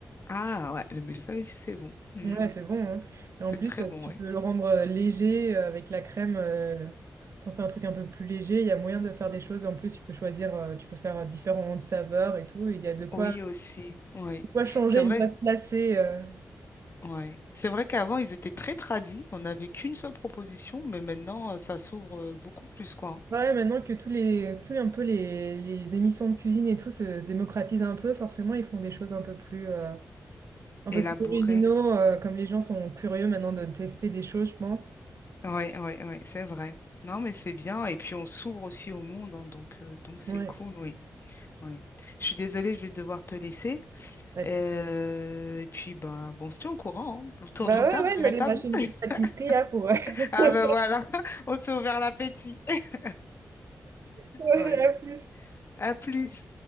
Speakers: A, on the left; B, on the right.
A: Ah ouais, le millefeuille aussi, c'est bon. Mm.
B: Ouais, c'est bon, hein. Et en
A: C'est
B: plus,
A: très
B: euh,
A: bon,
B: tu
A: oui.
B: peux le rendre euh, léger euh, avec la crème. euh, t'en fais un truc un peu plus léger. Il y a moyen de faire des choses. En plus, tu peux choisir, euh, tu peux faire euh, différentes saveurs et tout. Il y a de quoi,
A: Oui aussi, oui.
B: de quoi changer,
A: C'est vrai,
B: ne pas se lasser. euh.
A: ouais. C'est vrai qu'avant, ils étaient très tradis. On n'avait qu'une seule proposition, mais maintenant, euh, ça s'ouvre euh, beaucoup plus, quoi.
B: Ouais, maintenant que tous les, tous les, un peu les, les émissions de cuisine et tout se démocratisent un peu, forcément, ils font des choses un peu plus, euh, un
A: Élaboré.
B: peu plus originaux. euh, comme les gens sont curieux maintenant de tester des choses, je pense.
A: Ouais, ouais, ouais, c'est vrai. Non, mais c'est bien. Et puis on s'ouvre aussi au monde, hein, donc euh, donc c'est
B: Ouais.
A: cool, oui. Ouais. Je suis désolée, je vais devoir te laisser.
B: Bah,
A: Euh,
B: tu-
A: et puis ben bon, on se tient au courant, hein, autour
B: bah
A: d'une
B: ouais,
A: table,
B: ouais,
A: de
B: je
A: la
B: vais aller
A: table.
B: m'acheter une
A: <laughs>
B: petite pâtisserie là pour.
A: Ah
B: <laughs>
A: ben voilà, <laughs> on s'est ouvert l'appétit. <laughs>
B: Ouais,
A: Ouais.
B: à plus.
A: À plus.